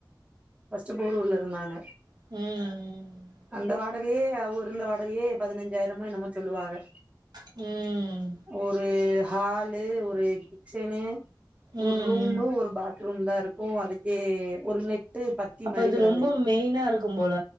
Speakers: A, on the right; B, on the right.
A: ஃபஸ்ட்டு போரூர்ல இருந்தாங்க
B: ம் ம்
A: அந்த வாடகையே அவங்க இருந்த வாடகையே ஒர் இந்த வாடகையே பதினஞ்சாய்ரமோ என்னமோ சொல்லுவாக
B: ம் ம்
A: ஒரு ஹாலு ஒரு கிச்சனு
B: ம்
A: ஒரு ரூமு ஒரு பாத்ரூம் தா இருக்கு அதுக்கே ஒரு நெ ட்டு பத்தி
B: அப்ப
A: மாரி
B: இது
A: கடந்துது
B: ரொம்ப மெயினா இருக்கும் போல